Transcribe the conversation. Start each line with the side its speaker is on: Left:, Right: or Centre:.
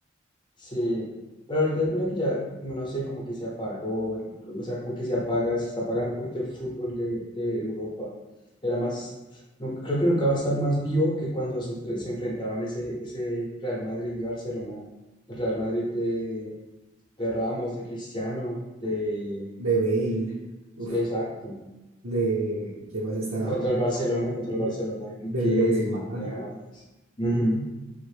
Left: Sí, pero ahorita mira que ya, no sé, como que se apagó, o sea, como que se apaga, se está apagando un poquito el fútbol de, de Europa. Era más, no, creo que nunca va a estar más vivo que cuando se, entre- se enfrentaban ese, ese Real Madrid y Barcelona, el Real Madrid de, de Ramos, de Cristiano, de...
Right: de Bale, uf,
Left: Exacto,
Right: de, ¿quién más estaba?
Left: contra el Barcelona, contra el
Right: De-
Left: Barcelona de Piqué,
Right: del Benzema,
Left: de,
Right: ¿no?
Left: de James, ujú,